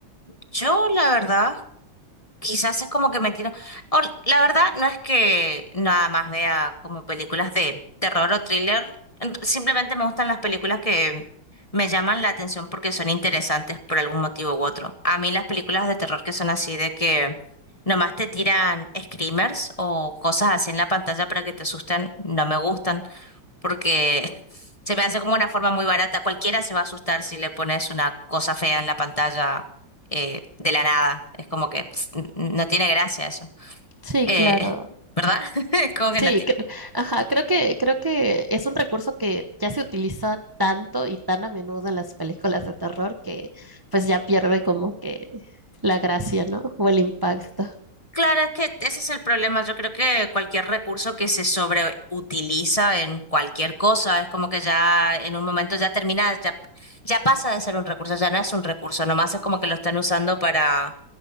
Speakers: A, on the left; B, on the right.
A: Yo, la verdad. Quizás es como que me tiro. o- la verdad no es que nada más vea como películas de terror o thriller. en- Simplemente me gustan las películas que me llaman la atención porque son interesantes por algún motivo u otro. A mí las películas de terror que son así de que nomás te tiran screamers o cosas así en la pantalla para que te asusten, no me gustan porque <laughs> se me hace como una forma muy barata. Cualquiera se va a asustar si le pones una cosa fea en la pantalla eh, de la nada. Es como que ps, n- no tiene gracia eso.
B: Sí,
A: Eh,
B: claro.
A: ¿verdad? <laughs> Es como
B: Sí,
A: que no tiene.
B: cre- ajá, creo que, creo que es un recurso que ya se utiliza tanto y tan a menudo en las películas de terror que pues ya pierde como que la gracia, ¿no? O el impacto.
A: Claro, es que ese es el problema. Yo creo que cualquier recurso que se sobreutiliza en cualquier cosa es como que ya en un momento ya termina, ya, ya pasa de ser un recurso, ya no es un recurso, nomás es como que lo están usando para